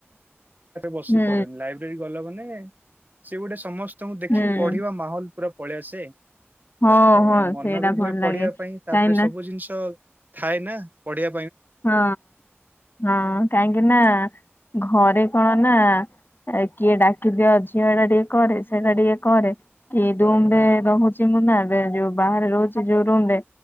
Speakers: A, on the right; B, on the left.
A: ବସି
B: ହୁଁ
A: ପଡୁନି ଲାଇବ୍ରେରୀ ଗଲା ମାନେ ସେ ଗୋଟେ ସମ ସ୍ତଙ୍କୁ ତମକୁ ଦେଖି
B: ହୁଁ
A: ପଢିବା ମାହୋଲ ପୁରା ପଳେଇ ଆସେ।
B: ହଁ
A: ତାପରେ
B: ହଁ
A: ମନ
B: ସେଇଟା
A: ବି
B: ଭଲ
A: ହୁଏ
B: ଲାଗେ
A: ପଢିବା ପାଇଁ, ତାପରେ
B: କାହିଁକି ନା
A: ସବୁ ଜିନିଷ ଥାଏ ନା ପଢିଆ
B: ହଁ, ହଁ କାହିଁକି ନା ଘରେ କଣ ନା କିଏ ଡାକିଦିଅ ଝିଅ ଏଇଟା ଟିକେ କରେ ସେଇଟା ଟିକେ କରେ। କି
A: ଥରେ
B: ରୁମରେ
A: ହଁ
B: ରହୁଛି ମୁଁ ନା ଏବେ ଯୋଉ ବାହାରେ ରହୁଛି ଯୋଉ ରୁମରେ